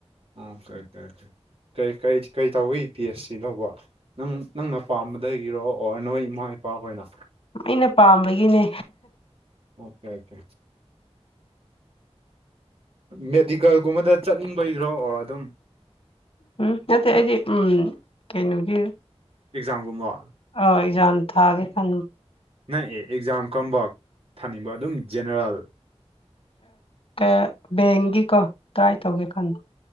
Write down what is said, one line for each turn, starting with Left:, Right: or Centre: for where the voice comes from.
Right: ꯑꯥ ꯀꯩ ꯀꯩ ꯀꯩ ꯀꯩ ꯀꯩ ꯀꯩ ꯇꯧꯏ ꯕꯤ ꯑꯦꯁ ꯁꯤ ꯂꯧꯕꯥ ꯅꯪ ꯅꯪꯅ ꯄꯥꯝꯕꯗꯒꯤꯔꯣ ꯑꯣꯔ ꯅꯣꯏ ꯏꯃꯥ ꯏꯄꯥ ꯍꯣꯏꯅ
Left: ꯑꯩꯅ ꯄꯥꯝꯕꯒꯤꯅꯦ
Right: ꯑꯣꯀꯦ ꯀꯦ ꯃꯦꯗꯤꯀꯜꯒꯨꯝꯕꯗ ꯆꯠꯅꯤꯡꯕꯒꯤꯔꯣ ꯑꯗꯨꯝ
Left: ꯍꯨꯝ ꯅꯠꯇꯦ ꯑꯩꯗꯤ ꯎꯝ ꯀꯩꯅꯣꯒꯤ
Right: ꯑꯦꯛꯖꯥꯝꯒꯨꯝꯃꯥ
Left: ꯑꯎ ꯑꯦꯖꯥꯝ ꯊꯥꯒꯦ ꯈꯟ
Right: ꯅꯪ ꯑꯦ ꯑꯦꯛꯖꯥꯝ ꯀꯝꯕ ꯊꯥꯅꯤꯡꯕꯥ ꯑꯗꯨꯝ ꯖꯦꯅꯦꯔꯦꯜ
Left: <inaudible> ꯕꯦꯡꯒꯤꯀꯣ ꯇ꯭ꯔꯥꯏ ꯇꯧꯒꯦ ꯈꯟꯕ